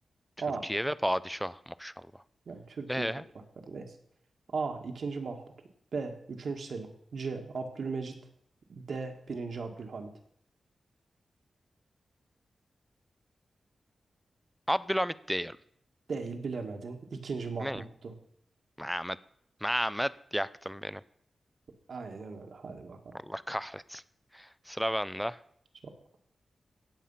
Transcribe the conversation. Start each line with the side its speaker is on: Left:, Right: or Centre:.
Centre: Türkiye
Right: A.
Centre: ve padişah maşallah.
Right: Yani Türkiye
Centre: Ee,
Right: toprakları neyse. A. 2. Mahmut. B. Üçüncü Selim. C. Abdülmecit. D. Birinci Abdülhamit.
Centre: Abdülhamit diyelim.
Right: Değil bilemedin. 2. Mahmut'tu.
Centre: Ne? Mehmet. Mehmet yaktın beni.
Right: Aynen öyle. Hadi bakalım.
Centre: Allah kahretsin. Sıra bende.
Right: Sor.